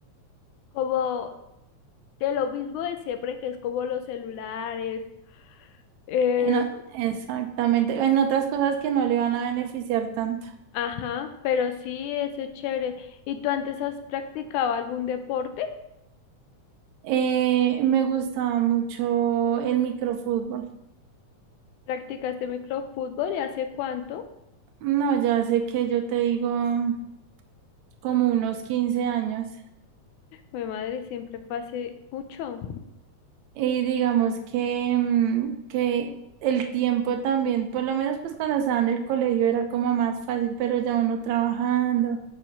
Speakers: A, on the left; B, on the right.
A: como de lo mismo de siempre, que es como los celulares Eh,
B: En o- exactamente. En otras cosas que no le van a beneficiar tanto.
A: ajá, pero sí, eso es chévere. ¿Y tú antes has practicado algún deporte?
B: Eh, me gustaba mucho el microfútbol.
A: ¿Practicaste microfútbol y hace cuánto?
B: No, ya sé que yo te digo mm, como unos 15 años.
A: Mi madre siempre fue hace mucho.
B: Y digamos que, mm, que el tiempo también, por lo menos pues cuando estaba en el colegio era como más fácil, pero ya uno trabajando